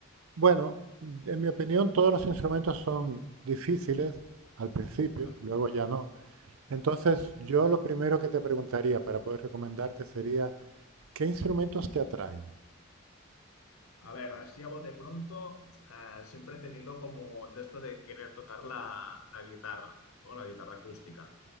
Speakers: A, on the right (about 80°); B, on the left (about 85°).
A: Bueno, en mi opinión, todos los instrumentos son difíciles al principio,
B: Vale.
A: luego ya no. Entonces, yo lo primero que te preguntaría para poder recomendarte sería, ¿qué instrumentos te atraen?
B: A ver, así a bote pronto, eh, siempre he tenido como de esto de querer tocar la, la guitarra, ¿no? La guitarra acústica.